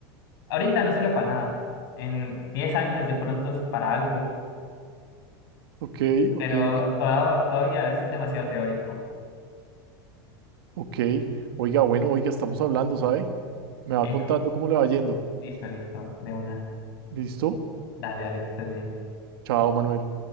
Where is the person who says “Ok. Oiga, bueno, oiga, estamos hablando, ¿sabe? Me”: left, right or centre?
Right